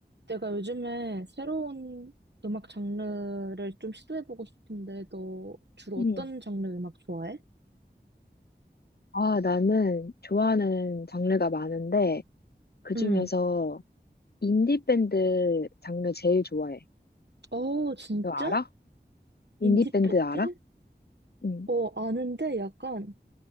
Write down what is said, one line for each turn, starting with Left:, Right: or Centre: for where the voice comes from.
Right: 내가 요즘에 새로운 음악 장르를 좀 시도해보고 싶은데, 너 주로
Left: 음.
Right: 어떤 장르 음악 좋아해?
Left: 아, 나는 좋아하는 장르가 많은데, 그중에서
Right: 응.
Left: 인디밴드 장르 제일 좋아해.
Right: 어, 진짜?
Left: 너 알아? 인디밴드
Right: 인디밴드?
Left: 알아? 응,
Right: 어, 아는데 약간,